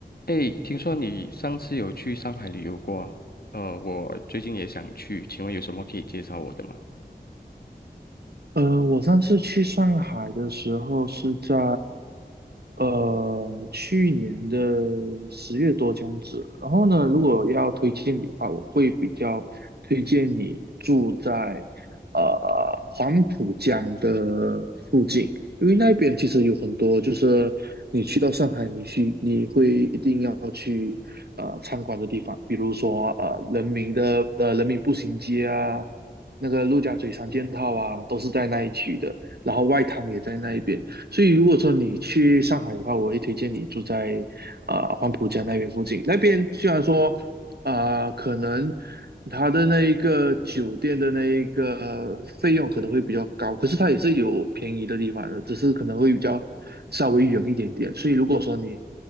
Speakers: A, on the left; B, on the right.
A: 哎，听说你上次有去上海旅游过啊？呃，我最近也想去，请问有什么可以介绍我的吗？
B: 呃，我上次去上海的时候是在呃去年的十月多这样子。然后呢，如果要推荐你的话，我会比较推荐你住在呃黄浦江的附近，因为那边其实有很多，就是你去到上海，你去你会一定要去呃参观的地方，比如说呃人民的呃人民步行街啊。那个陆家嘴三件套啊，都是在那一区的，然后外滩也在那一边，所以如果说你去上海的话，我会推荐你住在啊、呃黄浦江那边附近。那边虽然说啊、呃可能它的那一个酒店的那一个费用可能会比较高，可是它也是有便宜的地方的，只是可能会比较稍微远一点点。所以如果说你